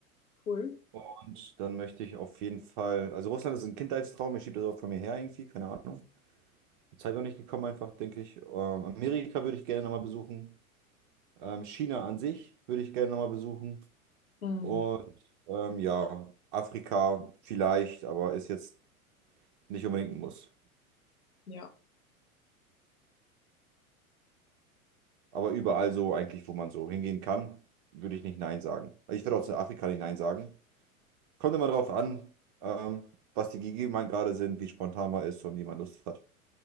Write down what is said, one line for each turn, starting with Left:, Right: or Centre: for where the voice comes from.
Left: cool.
Right: Und dann möchte ich auf jeden Fall, also Russland ist ein Kindheitstraum, ich schiebe das auch von mir her irgendwie, keine Ahnung. Die Zeit noch nicht gekommen einfach, denke ich. Ähm, Amerika würde ich gerne nochmal besuchen. Ähm, China an sich würde ich gerne nochmal besuchen.
Left: Hm,
Right: Und ähm, ja, Afrika vielleicht, aber ist jetzt nicht unbedingt ein Muss.
Left: ja.
Right: Aber überall so eigentlich, wo man so hingehen kann, würde ich nicht Nein sagen. Also Ich würde auch zu Afrika nicht Nein sagen. Kommt immer drauf an, ähm, was die Gegebenheiten gerade sind, wie spontan man ist und wie man Lust hat.